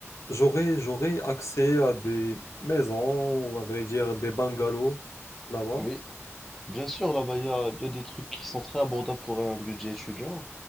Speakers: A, on the left; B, in the centre.
A: j'aurais, j'aurais accès à des maisons ou à vrai dire des bungalows là-bas?
B: oui. Bien sûr, là-bas, il y a, il y a des trucs qui sont très abordables pour un budget étudiant.